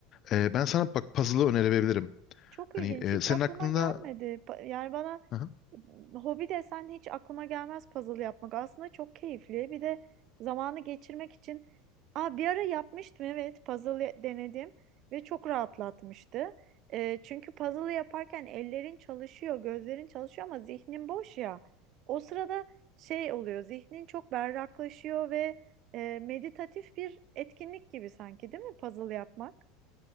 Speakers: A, on the left (about 40°); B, on the right (about 45°).
A: Ee, ben sana bak puzzle'ı önerebilirim.
B: Çok
A: Hani
B: ilginç.
A: e,
B: Hiç
A: senin
B: aklıma
A: aklında
B: gelmedi. Pa- Yani bana
A: Hı hı.
B: m, hobi desen hiç aklıma gelmez puzzle yapmak. Aslında çok keyifli. Bir de zamanı geçirmek için. Aa, bir ara yapmıştım evet. Puzzle ya- denedim ve çok rahatlatmıştı. Ee, çünkü puzzle yaparken ellerin çalışıyor, gözlerin çalışıyor ama zihnin boş ya. O sırada şey oluyor. Zihnin çok berraklaşıyor ve e, meditatif bir etkinlik gibi sanki, değil mi puzzle yapmak?